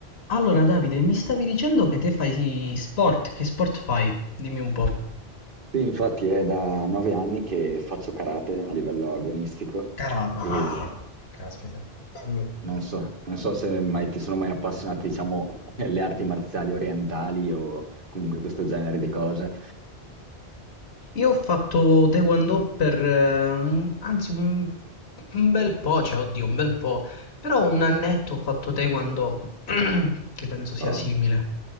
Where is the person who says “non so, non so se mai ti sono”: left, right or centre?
Right